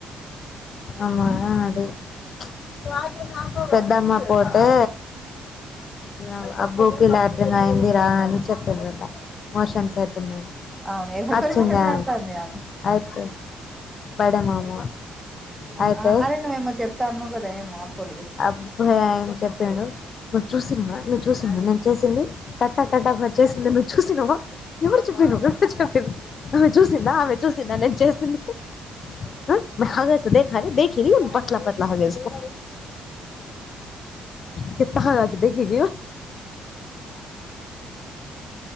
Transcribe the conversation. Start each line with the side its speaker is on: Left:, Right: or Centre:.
Left: అమ్మా
Centre: ఉం?
Left: అది ప్చ్ పెద్దమ్మ పోతే ఆ అబ్బూకి లాటరింగ్ అయిందిరా అని చెప్పిండ్రట మోషన్స్ అయితున్నాయ్
Centre: అవును ఎవరితో
Left: అచ్చిందా
Centre: మాట్లాడుతుంది ఆమె
Left: అయితే బడే మామ
Centre: అన్-
Left: అయితే
Centre: ఆ- అరే నువ్వేమో చెప్తా అన్నావు కదా ఏమో అప్పుడుది
Left: అబ్బయా ఏం చెప్పిండు నువ్వు చూసినవ నువ్వు చూసినవ నే చూసింది కట్టా కట్ట కట్ చేసింది నువ్వు చూసినవా ఎవడు చెప్పిండు ఎవడు చెప్పిండు ఆమె చూసిందా ఆమె చూసిందా నేను చేసింది <unintelligible> కిత్తహోనాకి దేక్ ఎ గే